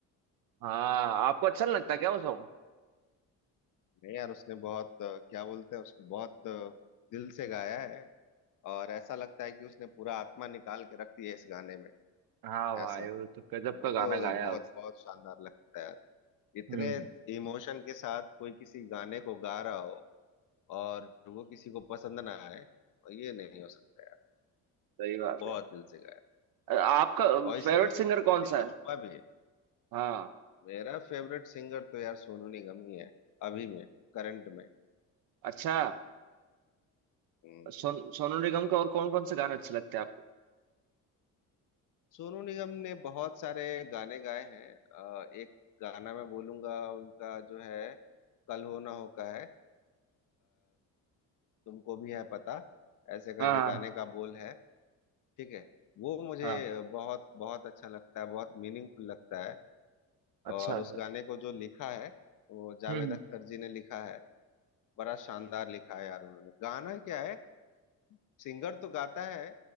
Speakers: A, on the right; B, on the left.
A: हाँ आपको अच्छा नहीं लगता क्या वो सॉन्ग
B: नहीं यार उसने बहुत अ, क्या बोलते हैं उसको बहुत अ, दिल से गाया है और ऐसा लगता है कि उसने पूरा आत्मा निकाल के रख दिया है इस गाने में
A: हाँ भाई
B: ऐसा
A: वो तो गजब
B: मुझे
A: का
B: तो
A: गाना गाया
B: बहुत
A: है उसने।
B: बहुत शानदार लगता है यार इतने
A: हम्म
B: इमोशन के साथ कोई किसी गाने को गा रहा हो और वो किसी को पसंद ना आए और ये नहीं हो सकता यार
A: सही बात
B: बहुत
A: है
B: दिल से गाया है,
A: आपका
B: और
A: फेवरेट
B: इसलिए उसने
A: सिंगर
B: सबके
A: कौन
B: दिल
A: सा
B: को
A: है
B: छुआ भी है
A: हाँ
B: मेरा फेवरेट सिंगर तो यार सोनू निगम ही है अभी में करंट में
A: अच्छा
B: हम्म।
A: सोन सोनू निगम के और कौन कौन से गाने अच्छे लगते हैं आपको
B: सोनू निगम ने बहुत सारे गाने गाए हैं अ, एक गाना मैं बोलूंगा उनका जो है कल हो ना हो का है अ, तुमको भी है पता ऐसे करके
A: हाँ हाँ
B: गाने का बोल है ठीक है वो मुझे
A: हाँ,
B: बहुत बहुत अच्छा लगता है बहुत मीनिंगफुल लगता है
A: अच्छा
B: और
A: अच्छा
B: उस गाने को जो लिखा है वो जावेद
A: हम्म
B: अख्तर जी ने लिखा है बड़ा शानदार लिखा है यार उन्होंने गाना क्या है सिंगर तो गाता है